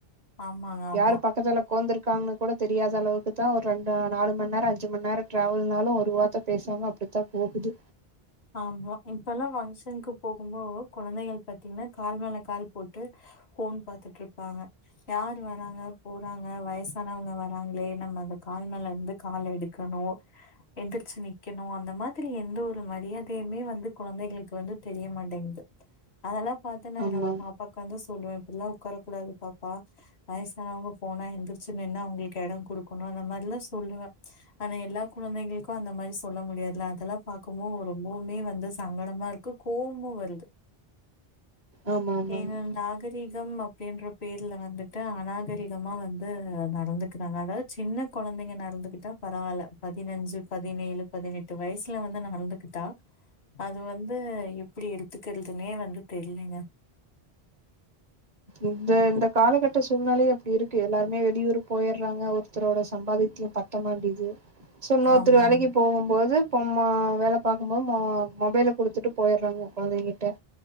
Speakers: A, on the left; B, on the right.
A: ஆமாங்க, ஆமா.
B: யாரு பக்கத்துல கொந்தருக்காங்கன்னு கூட தெரியாத அளவுக்கு தான் ஒரு ரெண்டு நாலு மண் நேரம் அஞ்சு மண் நேரம் டிரராவல்னாலும் ஒருவாரத்த பேசாம அப்படித்தான் போகுது
A: ஆமா இப்பல்லாம் பங்க்ஷனுக்கு போகும்போ குழந்தைகள் பாத்தீங்கன்னா கால் மேல கால் போட்டு ஃபோன் பாத்துட்டு இருப்பாங்க யார் வராங்க போறாங்க வயசானவங்க வராங்களே நம்ம அந்த கால் மேல இருந்து கால் எடுக்கணும் எந்திரச்சு நிக்கணும் அந்த மாரி எந்த ஒரு மா தெரியாதையுமே வந்து குழந்தைகளுக்கு வந்து தெரிய மாட்டேங்குது அதெல்லாம் பாத்த நா
B: ஆமா
A: என்னோட பாப்பாக்க வந்து சொல்லுவப்பல்ல உக்காரக்கூடாது பாப்பா வயசானவங்க போனா எந்தருச்சு நின்னு அவங்களுக்கு கொடுக்கணு அந்த மாரிலா சொல்லுவ ஆனா எல்லா குழந்தைங்களுக்கும் அந்த மாரி சொல்ல முடியாதுல அதெல்லா பாார்க்கபோ ம்பவுமே வந்து சங்கடமா இருக்கு கோவமு வருது
B: ஆமா ஆமாங்க
A: ஏன் நாகரீகம் ப்படின்ற பேர்ல வந்துட்டு அநாகரிகமா வந்து நடந்துகிறாங்க அதாவது சின்ன குழந்தைங்க நடந்துகிட்டா பரவாயில்ல பதினஞ்சு பதினேழு பதினெட்டு வயசுல வந்து நடந்துகிட்டா அது வந்து எப்படி எடுத்துக்கிறதுன்னே வந்து தெரியலுங்க
B: இந்த இந்த காலகட்ட சூழ்நிலையே அப்படி இருக்கு எல்லாருமே வெளியூர் போயிறாங்க ஒருத்தரோட சம்பாதித்தியம் பத்தமாண்டேது சோ ன்னோத்தரு
A: ஆமாங்க.
B: வேலைக்கு போகும்போது ப்பா அம்மா வேலை பார்க்கும் போது மொ மொபைல குடுத்துட்டு போயறாங்க குழந்தைகிட்ட